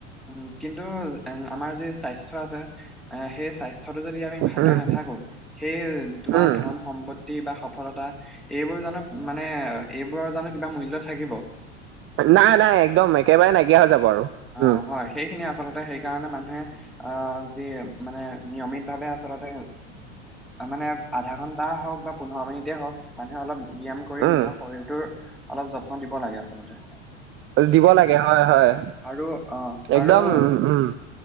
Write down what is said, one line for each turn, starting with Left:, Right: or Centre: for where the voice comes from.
Centre: উ আমাৰ যি স্বাস্থ্যৰ টো আছে এ সেই স্বাস্থ্যটো যদি আমি ভালে
Right: উম
Centre: নাথাকো সেই তোমাৰ
Right: উম
Centre: ধন সম্পত্তি বা সফলতা এইবোৰ জানো মানে এইবোৰৰ জানো কিবা মূল্য থাকিব।
Right: নাই নাই একদম একেবাৰে নাইকিয়া হৈ যাব। আৰু
Centre: অ'
Right: উম
Centre: হয় সেই খিনি আচলতে সেইকাৰণে মানুহে আহ যি মানে নিয়মিত ভাৱে আচলতে উ মানে আধা ঘন্টা হওঁক বা পোন্ধৰ মিনিট হওঁক মানুহে অলপ ব্য্যয়াম কৰি
Right: উম
Centre: নিজৰ শৰীৰটোৰ অলপ যত্ন দিব লাগে আচলতে।
Right: দিব লাগে হয়, হয়।
Centre: আৰু অ
Right: একদম
Centre: আৰু
Right: উম উম